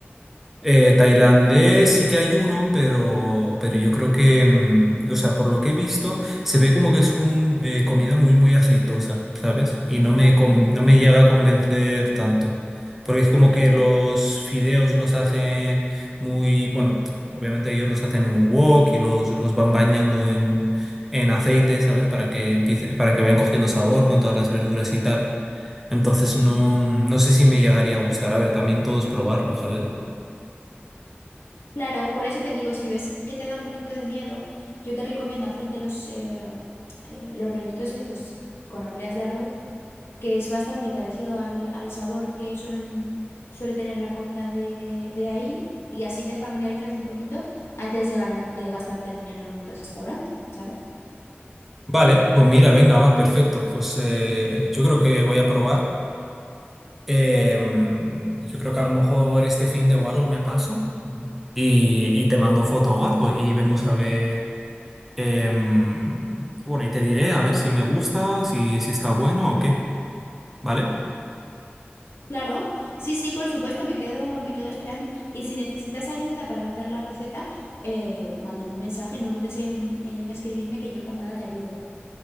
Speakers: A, in the centre; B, on the left.
A: Eh, tailandés sí que hay uno, pero, pero yo creo que, mm, o sea, por lo que he visto, se ve como que es un, eh, comida muy, muy aceitosa, ¿sabes? Y no me,
B: Ah,
A: con- no me llega a convencer tanto. Porque es como que los fideos los hacen muy, bueno, obviamente ellos los hacen en un wok y los, los van bañando en, en aceite, ¿sabes? Para que empiece, para que vayan cogiendo sabor con todas las verduras y tal. Entonces
B: hmm.
A: no, no sé si me llegaría a gustar. A ver, también todos probarlo, ¿sabes?
B: Claro, por eso te digo, si ves que te da un poquito de miedo, yo te recomiendo hacerte los, eh, eh, los rollitos estos con obleas de arroz, que es bastante parecido al, al sabor que suelen, suele tener la comida de, de ahí, y así te familiarizas un poquito antes de ganar, de gastarte el dinero en un restaurante, ¿sabes?
A: Vale, pues mira, venga, va, perfecto. Pues eh, yo creo que voy a probar. Em, yo creo que a lo mejor este fin de o algo me paso y, y te mando foto o algo y vemos a ver. em, bueno, y te diré a ver si me gusta, si, si está bueno o qué. ¿Vale?
B: Claro, sí, sí, por supuesto, me quedo, me quedo esperando. Y si necesitas ayuda para hacer la receta, eh, mándame un mensaje, no dudes en en escribirme que yo encantada te ayudo.